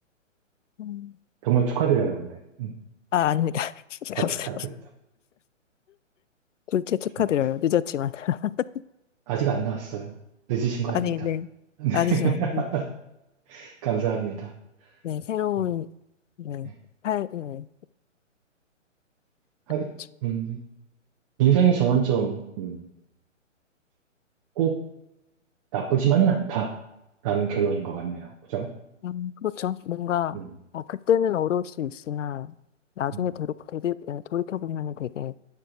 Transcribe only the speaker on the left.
음.
아, 아닙니다. <laughs>
감사합니다.
둘째 축하드려요.
늦었지만. <laughs>
아니,
네.
아니죠. 음.
네, 새로운,
네,
팔, 네.
그렇죠.
음, 그렇죠. 뭔가,
어, 그때는 어려울 수 있으나, 나중에
되로, 되리, 예, 돌이켜보면 되게